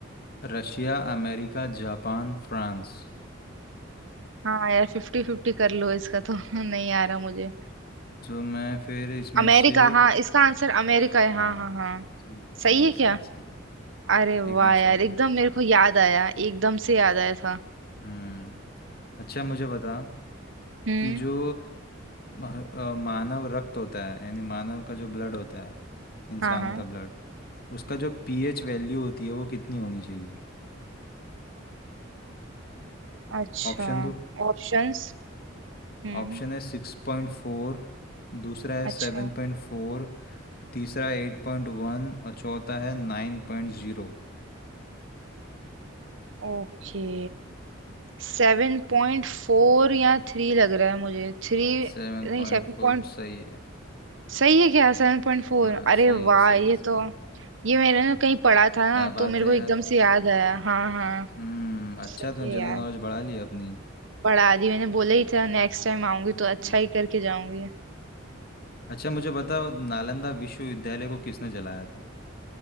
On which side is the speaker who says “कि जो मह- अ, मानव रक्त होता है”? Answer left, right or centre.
Left